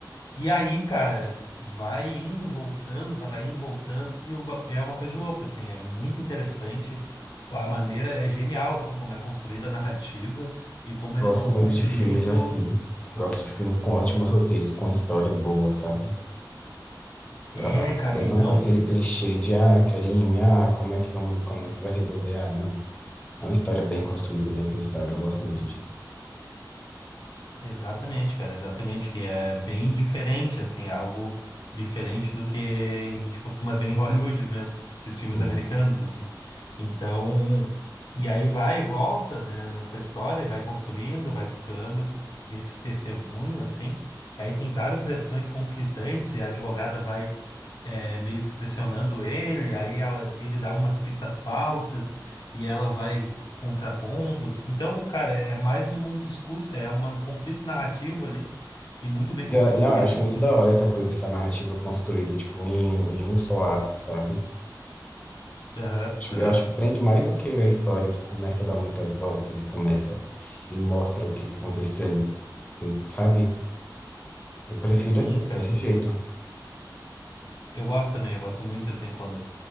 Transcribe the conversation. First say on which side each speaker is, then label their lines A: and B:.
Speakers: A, on the left; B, on the left.
A: E aí, cara, vai indo, voltando, vai indo, voltando, e um ba- é uma coisa de louco, assim, é muito interessante. A maneira é genial, assim, como é construída a narrativa e como
B: gosto
A: eles vão
B: muito
A: construindo.
B: de filmes assim. Gosto de filmes com ótimos roteiros, com história boa, sabe?
A: É,
B: trabalhada,
A: cara, e
B: não
A: não.
B: com aquele clichê de ah, crime, ah, como é que vamos, como é que vai resolver? Ah, não. É uma história bem construída, bem pensada. Eu gosto muito disso.
A: Exatamente, cara, exatamente, que é bem diferente, assim, é algo diferente do que a gente costuma ver em Hollywood mesmo, esses filmes
B: Sim.
A: americanos, assim. Então, e aí vai e volta, né, nessa história, e vai construindo, vai costurando esse testemunho, assim. aí tem várias versões conflitantes, e a advogada vai é, meio que pressionando ele, aí ela- ele dá algumas pistas falsas e ela vai contrapondo. Então, cara, é mais um, um discurso, é uma- um conflito narrativo ali e muito bem construído.
B: E Eu, não, eu acho muito
A: Em-
B: da hora essa coisa, essa narrativa construída, tipo, em, em um só ato, sabe?
A: Aham,
B: Tipo,
A: aham.
B: Eu acho que prende mais do que a história que começa a dar muitas voltas e começa e mostra o que que aconteceu, sabe? Eu prefiro
A: Sim,
B: assim,
A: cara.
B: desse jeito.
A: Eu gosto também, eu gosto muito assim quando